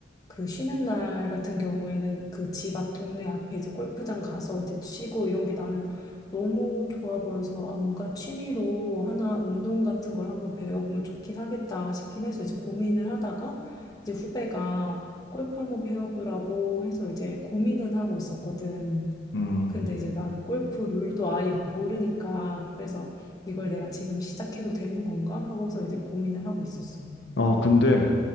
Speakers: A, on the left; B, on the left.
A: 그 쉬는 날 같은 경우에는 그 집 앞 동네 앞에 이제 골프장 가서 이제 치고 이런 게 나는 너무 좋아 보여서 아 뭔가 취미로 하나 운동 같은 걸 한번 배워보면 좋긴 하겠다 싶긴 해서 이제 고민을 하다가 이제 후배가 골프 한번 배워보라고 해서 이제 고민은 하고 있었거든.
B: 음.
A: 근데 이제 나는 골프 룰도 아예 모르니까 그래서 이걸 내가 지금 시작해도 되는 건가 하고서 이제 고민을 하고 있었어.
B: 아, 근데,